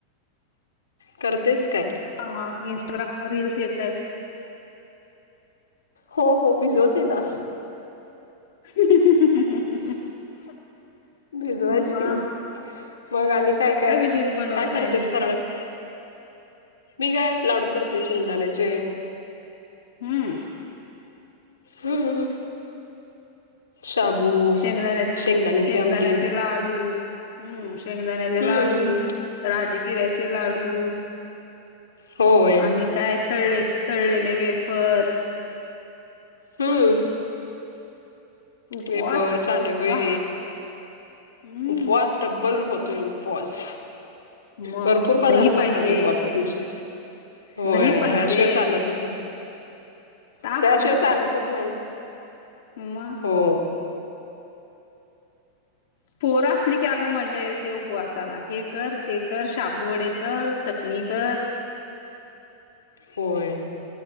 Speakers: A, on the left (about 75°); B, on the left (about 55°).
A: करतेस काय?
B: हा इंनस्टाग्रामवर रीलस येतांय.
A: हो. हो भिजवते ना.
B: <inaudible>
A: भिजवायस
B: मग
A: की. मग आणि काय काय,
B: विशेष बनवते
A: काय करतेस
B: आणि
A: फराळाचं. मी काय लाडू करते शेंगदाण्याचे.
B: हूं!
A: हूं हूं! शाबू!
B: शेंगदाण्याच
A: शेंगदाण्याची
B: शेंगदाण्याचे
A: आमटी
B: लाडू. हूं शेंगदाण्याचे
A: हम्म
B: लाडू, राजगिऱ्याचे लाडू.
A: होय
B: आणि काय तळळे, तळलेले वेफर्स.
A: हम्म.
B: उपवास
A: वेफर्स, सांडगे,
B: उपवास हम्म
A: उपवास डब्बल होतोय उपवास,
B: मग
A: भरपूर पदार्थ
B: दही पाहिजे
A: होतात उपवासा दिवशी. होय
B: दही पाहिजे
A: दह्याशिवाय चालतच नाही.
B: ताक
A: त्याशिवाय चालतच नाही.
B: म.
A: हो.
B: पोर असली की अगं मजा ये ते उपवासाला हे कर ते कर शाबू वडे तळ चटणी कर.
A: होय.